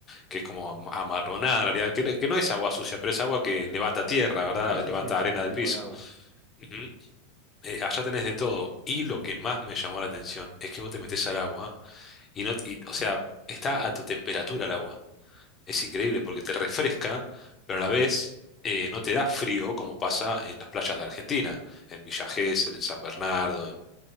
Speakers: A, on the left; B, in the centre.
A: que es como am- amarronada en realidad, que, no que no es agua sucia, pero es agua que levanta tierra, ¿verdad?
B: sí, sí,
A: Levanta
B: sí, es
A: arena
B: otro
A: del
B: tipo
A: piso.
B: de agua.
A: Ujú. Eh, allá tenés de todo. Y lo que más me llamó la atención es que vos te metés al agua y no, y, o sea, está a tu temperatura el agua. Es increíble porque te refresca, pero a la vez eh, no te da frío como pasa en las playas de Argentina, en Villa Gesell, en San Bernardo, en,